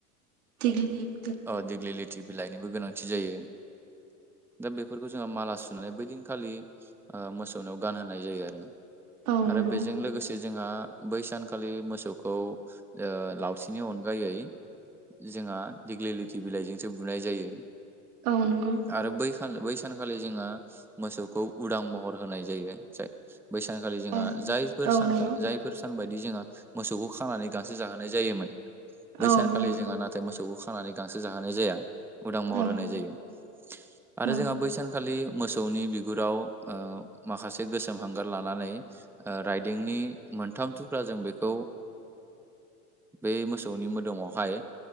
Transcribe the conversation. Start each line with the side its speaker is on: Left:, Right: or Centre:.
Right: ओम
Centre: अ दिग्लि लिथि बिलाइनिबो गोनांथि जायो। दा बेफोरखौ जोङो माला सुनानै बैदिनखालि ओ मोसौनाव गानहोनाय जायो आरो।
Right: औ
Centre: आरो
Right: नंगौ
Centre: बेजों लोगोसे जोंहा बै सानखालि मोसौखौ ओ लावथिनि अनगायै जोंहा दिग्लिलिटि बिलाइजोंसो बुनाय जायो।
Right: औ नंगौ
Centre: आरो बै बै सानखालि जोङो मोसौखौ उदां महर होनाय जायो। बैसानखालि जोंहा
Right: औ
Centre: जायफोर
Right: औ
Centre: सानखा
Right: नंगौ
Centre: जायफोर सान बायदि जोंहा मोसौखौ खानानै गांसो जाहोनाय जायोमोन बैसानखालि
Right: औ नंगौ
Centre: जोंहा नाथाय मोसौ औ खानानै गांसो जाहोनाय जाया। उदां महर
Right: औ
Centre: होनाय जायो आरो
Right: औ
Centre: जोंहा बैसानखालि मोसौनि बिगुराव माखासे गोसोम हांगार लानानै राइदिंनि मोनथाम थुख्रााजों बेखौ बे मोसौनि मोदोमावहाय